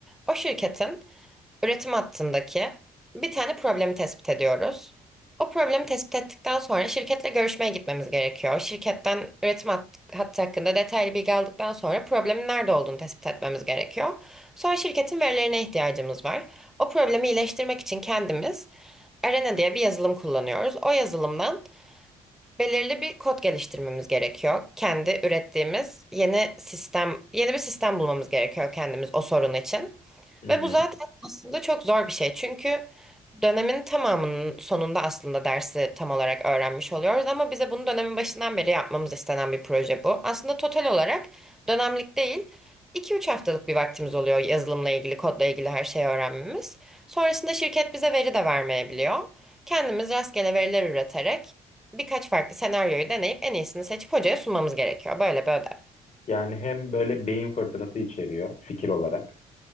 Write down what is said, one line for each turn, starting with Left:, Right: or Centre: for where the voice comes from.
Centre: O şirketin üretim hattındaki bir tane problemi tespit ediyoruz. O problemi tespit ettikten sonra şirketle görüşmeye gitmemiz gerekiyor. Şirketten üretim hat- hattı hakkında detaylı bilgi aldıktan sonra problemin nerede olduğunu tespit etmemiz gerekiyor. Sonra şirketin verilerine ihtiyacımız var. O problemi iyileştirmek için kendimiz Arena diye bir yazılım kullanıyoruz. O yazılımdan belirli bir kod geliştirmemiz gerekiyor. Kendi ürettiğimiz yeni sistem, yeni bir sistem bulmamız gerekiyor kendimiz o sorun için.
Left: Hı
Centre: Ve
Left: hı.
Centre: bu zaten aslında çok zor bir şey. Çünkü dönemin tamamının sonunda aslında dersi tam olarak öğrenmiş oluyoruz. Ama bize bunu dönemin başından beri yapmamız istenen bir proje bu. Aslında total olarak dönemlik değil, iki üç haftalık bir vaktimiz oluyor yazılımla ilgili, kodla ilgili her şeyi öğrenmemiz. Sonrasında şirket bize veri de vermeyebiliyor. Kendimiz rastgele veriler üreterek birkaç farklı senaryoyu deneyip en iyisini seçip hocaya sunmamız gerekiyor. Böyle bir ödev.
Left: Yani hem böyle beyin fırtınası içeriyor fikir olarak.